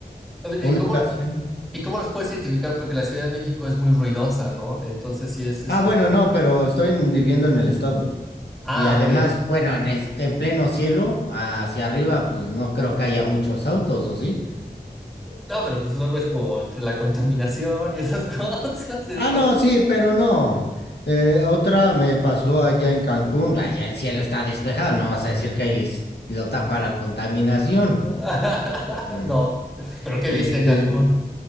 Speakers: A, on the left; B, in the centre.
A: Una
B: ¿Y cómo,
A: ocasión.
B: y cómo los puedes identificar? Porque la Ciudad de México es muy ruidosa, ¿no? Entonces sí es este.
A: Ah, bueno, no, pero estoy en- viviendo en el estado.
B: Ah,
A: Y además,
B: ok.
A: bueno, en el, en pleno cielo, hacia arriba, pues no creo que haya muchos autos, ¿o sí?
B: No, pero pues luego es como entre la contaminación y esas <laughs> cosas. Y digo,
A: Ah, no, sí, pero no. Eh, otra me pasó allá en Cancún. Allá el cielo está despejado, no vas a decir que ahí es- lo tapa la contaminación.
B: <laughs> no.
A: Mm.
B: ¿Pero qué viste
A: Este,
B: en Cancún?